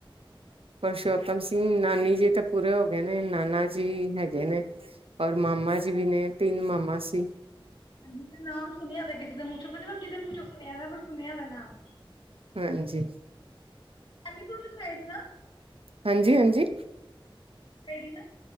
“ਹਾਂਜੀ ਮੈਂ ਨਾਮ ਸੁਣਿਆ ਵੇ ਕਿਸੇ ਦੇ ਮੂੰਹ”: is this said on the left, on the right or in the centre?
Left